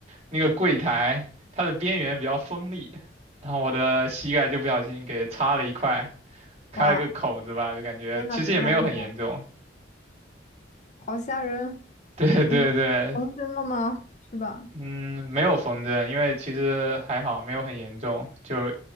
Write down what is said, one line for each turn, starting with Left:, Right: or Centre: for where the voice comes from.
Right: 那个柜台，它的边缘比较锋利，然后我的膝盖就不小心给擦了一块，开了个口子吧，
Left: 哇，
Right: 就感觉其实也没有很严重。
Left: 天呐天呐天呐，好吓人。
Right: <laughs> 对对对，
Left: 你重真了吗？是吧？
Right: 嗯，没有缝针，因为其实还好，没有很严重，就